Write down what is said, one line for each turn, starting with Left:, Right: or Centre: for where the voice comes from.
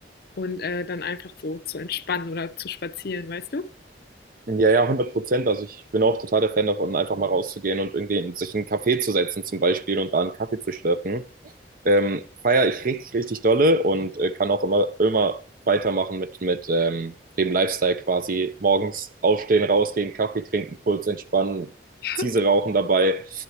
Left: und äh, dann einfach so zu entspannen oder zu spazieren, weißt du?
Right: Ja, ja, hundert Prozent. Also ich bin auch total der Fan davon, einfach mal rauszugehen und irgendwie in- sich in einen Café zu setzen zum Beispiel und da einen Kaffee zu schlürfen. ähm, feiere ich richtig, richtig dolle und äh, kann auch immer, immer weitermachen mit, mit ähm, dem Lifestyle quasi. Morgens aufstehen, rausgehen, Kaffee trinken, kurz entspannen,
Left: <laughs>
Right: Ziese rauchen dabei